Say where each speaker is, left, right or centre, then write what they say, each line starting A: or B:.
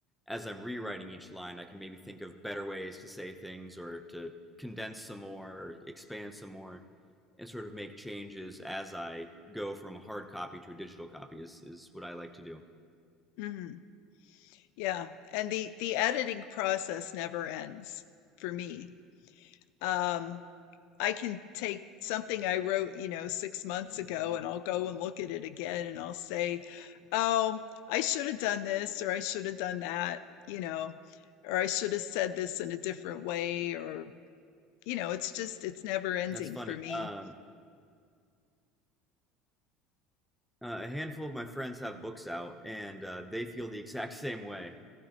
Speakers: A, in the centre; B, on the left (about 70°).
A: as I'm rewriting each line, I can maybe think of better ways to say things or to condense some more, expand some more and sort of make changes as I go from a hard copy to a digital copy is, is what I like to do.
B: Mm-hmm. Yeah, and the the editing process never ends for me. Um, I can take something I wrote, you know, six months ago, and I'll go and look at it again, and I'll say, "Oh, I should have done this, or I should have done that," you know, or I should have said this in a different way, or you know, it's just it's never ending
A: That's funny.
B: for me.
A: Um, uh, a handful of my friends have books out and uh, they feel the exact <laughs> same way.